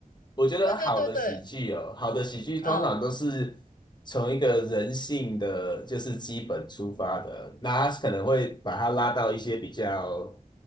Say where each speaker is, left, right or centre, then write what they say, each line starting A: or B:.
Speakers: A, on the left; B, on the left.
A: 我觉得好的喜剧哦，
B: 对对对对，
A: 好的喜剧通常都是从一个人性的就是基本出发的，
B: 嗯，
A: 那它可能会把它拉到一些比较